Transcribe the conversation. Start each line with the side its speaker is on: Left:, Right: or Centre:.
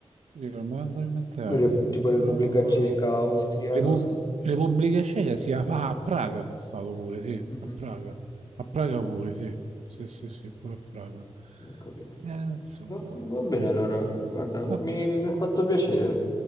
Right: rimango alimentarsi.
Left: Re- Tipo Repubblica
Right: Roma.
Left: Ceca, Austria,
Right: Repu-
Left: non so.
Right: Repubblica Ceca sì, a, ah, a Praga sono stato pure, sì,
Left: Mhm.
Right: a Praga. A Praga pure, sì. Sì, sì, sì, pure a Praga.
Left: Ho capito.
Right: Eh, insomma,
Left: Va, va bene
Right: questi...
Left: allora, guarda,
Right: Vabbè.
Left: mi mi ha fatto piacere.